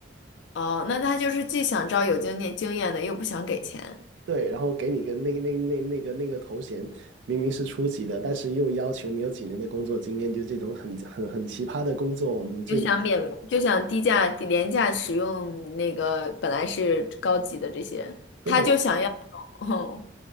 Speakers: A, on the left; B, on the right.
A: 哦，那他就是既想招有经验经验的，又不想给钱。
B: 对，然后给你个那那那那个那个头衔，明明是初级的，但是又要求你有几年的工作经验，就这种很很很奇葩的工作，我们最近
A: 就想免，就想低价、低廉价使用那个本来是高级的这些，
B: 对，
A: 他就想要，<laughs> 哦